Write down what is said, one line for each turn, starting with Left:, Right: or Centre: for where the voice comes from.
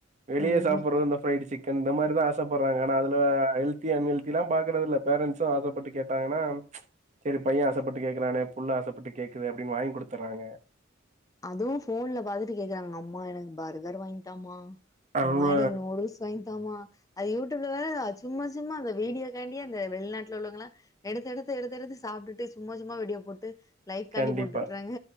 Right: வெளிய
Left: ம்
Right: சாப்புட்ற இந்த ஃப்ரைடு சிக் இந்த மாரிதா ஆசைப்படுறாங்க ஆனா அது ஹெல்தி அன்ஹெல்தி எல்லா பாக்கறது இல்ல பேரண்ட்சு ஆசைப்பட்டு கேட்டாங்கன்னா சரி பைய ஆசைப்பட்டு கேக்குறானே புள்ள ஆசைப்பட்டு கேக்குது அப்படின்னு வாங்கி குடுத்துறாங்க
Left: அதுவு ஃபோன்ல பாத்துட்டு கேக்குறாங்க அம்மா எனக்கு பர்கர் வாங்கி தாம்மா
Right: அவங்க
Left: அம்மா எனக்கு நூடுல்ஸ் வாங்கிதாமா அது யூடியூப்ல வேற சும்மா சும்மா அந்த வீடியோ காண்டியே அந்த வெளிநாட்டுல உள்ளவங்களா எடுத்து எடுத்து எடுத்து எடுத்து சாப்ட்டுட்டு சும்மா சும்மா வீடியோ போட்டு லைக் காண்டி
Right: கண்டிப்பா.
Left: போட்டுட்றாங்க